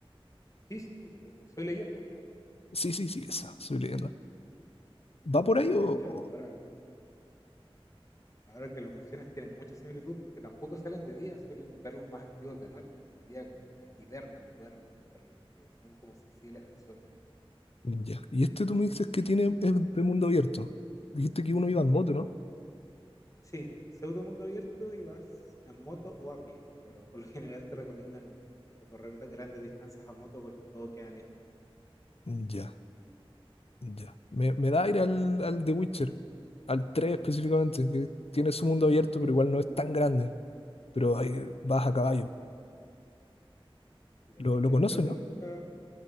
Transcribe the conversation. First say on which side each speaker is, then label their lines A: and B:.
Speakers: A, on the left (about 35°); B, on the left (about 85°).
A: Sí, sí, le- soy leyenda, creo que se llama.
B: Sí, sí, sí, esa. Soy leyenda. ¿Va por
A: Sí,
B: ahí o...?
A: de hecho,
B: o-
A: ahora, ahora que lo mencionas, tienen mucha similitud porque tampoco salen de día, suelen verlos más activos de noche. En el día como que hibernan, duermen, por el que son como sensibles al sol.
B: Ya. Y este tú me dices que tiene, es de mundo abierto. Dijiste que uno iba en moto, ¿no?
A: Sí, es pseudo mundo abierto y vas en moto o a pie, pero por lo general te recomiendan recorrer de- grandes distancias a moto porque todo queda lejos.
B: Ya, ya. Me, me da aire al, al The Witcher, al 3 específicamente, que tiene su mundo abierto, pero igual no es tan grande. Pero ahí vas a caballo.
A: El de
B: Lo,
A: Witcher
B: lo conoces,
A: creo que
B: ¿no?
A: nunca,